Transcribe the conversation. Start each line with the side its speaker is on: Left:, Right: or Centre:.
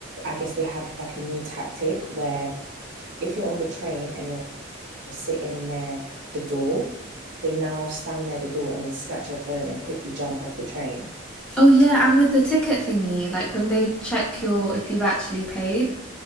Right: I guess they have like a new tactic where if you're on the train and you're sitting near the door, they now stand near the door and then snatch your phone and quickly jump off the train.
Centre: Oh yeah, and with the ticket thingy, like when they check your if you've actually paid,